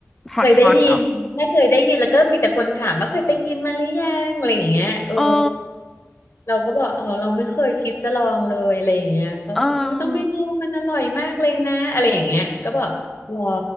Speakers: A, in the centre; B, on the left.
A: ฮอตฮอตเหอ
B: เคยได้ยินไม่เคยได้ยินแล้วก็มีแต่คนถามว่าเคยไปกินมาหรือยังอะไรอย่างเงี้ยเออ
A: โอ้
B: เราก็บอกอ๋อเราไม่เคยคิดจะลองเลยอะไรอย่างเงี้ยเขาบอกโอ้ยต้องไม่ลองมันอร่อยมากเลยนะอะไรอย่างเงี้ยก็บอกหรอ
A: เออ